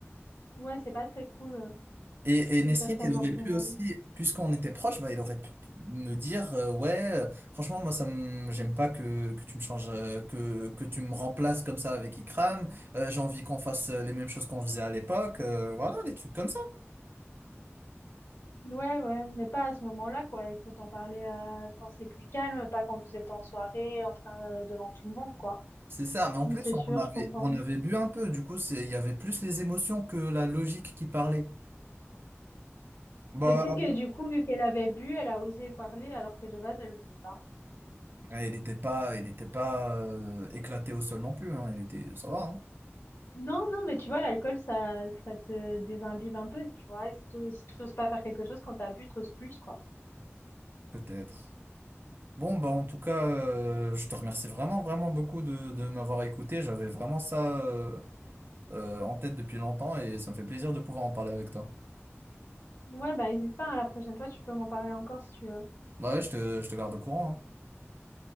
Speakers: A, on the left; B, on the right.
A: ouais, c'est pas très cool euh,
B: Et, et Nesrine,
A: de faire ça
B: il
A: devant
B: aurait
A: tout
B: pu
A: le monde.
B: aussi, puisqu'on était proche, bah, il aurait pu me dire, euh, ouais, euh, franchement, moi, ça me, j'aime pas que, que tu me changes, euh, que, que tu me remplaces comme ça avec Ikram. Euh, j'ai envie qu'on fasse euh, les mêmes choses qu'on faisait à l'époque. Euh, voilà, des trucs comme ça.
A: Ouais, ouais, mais pas à ce moment-là, quoi. Il faut en parler euh, quand c'est plus calme, pas quand vous êtes en soirée, en train euh, devant tout le monde, quoi.
B: C'est ça. Mais en
A: Non,
B: plus,
A: C'est
B: on
A: sûr,
B: avait,
A: je comprends.
B: on avait bu un peu. Du coup, c'est, il y avait plus les émotions que la logique qui parlait. Bah,
A: Mais peut-être
B: ah bon.
A: que du coup, vu qu'elle avait bu, elle a osé parler alors que de base, elle osait pas.
B: Ouais, Il n'était pas, il était pas euh, éclaté au sol non plus. hein. Il était, ça va, hein,
A: Non, non, mais tu vois, l'alcool, ça, ça te désimbibe un peu, tu vois. Et si tu n'oses pas faire quelque chose, quand t'as bu, t'oses plus, quoi.
B: peut-être. Bon, bah, en tout cas, euh, je te remercie vraiment, vraiment beaucoup de, de m'avoir écouté. J'avais vraiment ça euh, euh, en tête depuis longtemps et ça me fait plaisir de pouvoir en parler avec toi.
A: Ouais, bah hésite pas, hein, la prochaine fois, tu peux m'en parler encore si tu veux.
B: Bah ouais, je te, je te garde au courant. hein.